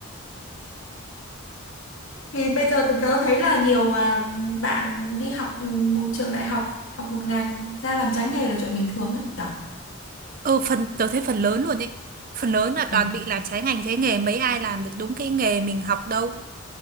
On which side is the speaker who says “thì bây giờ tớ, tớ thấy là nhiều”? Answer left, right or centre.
Left